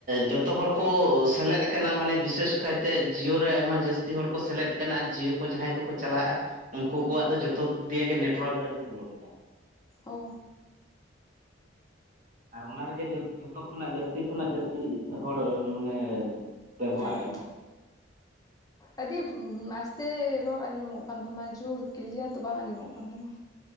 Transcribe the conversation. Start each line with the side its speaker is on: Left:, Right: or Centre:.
Right: ᱡᱚᱛᱚ ᱦᱚᱲ ᱠᱚ ᱥᱮᱞᱮᱫ ᱟᱠᱟᱱᱟ᱾ ᱢᱟᱱᱮ ᱵᱤᱥᱮᱥ ᱠᱟᱭᱛᱮ ᱡᱤᱭᱳ ᱨᱮ ᱟᱭᱢᱟ ᱡᱟᱹᱥᱛᱤ ᱦᱚᱲ ᱠᱚ ᱥᱮᱞᱮᱫ ᱠᱟᱱᱟ᱾ ᱟᱨ ᱡᱤᱭᱳ ᱠᱚ ᱡᱟᱦᱟᱸᱭ ᱠᱚᱠᱚ ᱪᱟᱞᱟᱣ ᱮᱜᱼᱟ ᱩᱱᱠᱩ
Left: ᱦᱮᱸ
Right: ᱠᱚᱣᱟᱜ ᱫᱚ ᱡᱚᱛᱚ ᱫᱤᱠ ᱫᱤᱭᱮ ᱜᱮ ᱱᱮᱴᱚᱣᱟᱨᱠ ᱫᱚ ᱟᱹᱰᱤ ᱥᱞᱳ ᱜᱮ ᱛᱟᱠᱚᱣᱟ᱾
Left: ᱚ᱾
Right: ᱟᱨ ᱚᱱᱟ ᱨᱮᱜᱮ ᱡᱚᱛᱚ ᱠᱷᱚᱱᱟᱜ ᱡᱟᱹᱥᱛᱤ ᱠᱷᱚᱱᱟᱜ ᱡᱟᱹᱥᱛᱤ ᱦᱚᱲ ᱢᱟᱱᱮ ᱵᱮᱵᱚᱦᱟᱨᱮᱫᱼᱟ
Left: ᱦᱮᱸ᱾
Right: ᱠᱚ <unintelligible>
Left: ᱟᱹᱰᱤ ᱟᱥᱛᱮ ᱨᱚᱲ ᱟᱸᱡᱚᱢᱚᱜ ᱠᱟᱱ ᱛᱟᱢᱟ᱾ ᱡᱳᱨ ᱠᱞᱤᱭᱟᱨ ᱫᱚ ᱵᱟᱝ ᱟᱸᱡᱚᱢᱚᱜ ᱠᱟᱱ ᱛᱟᱢᱟ᱾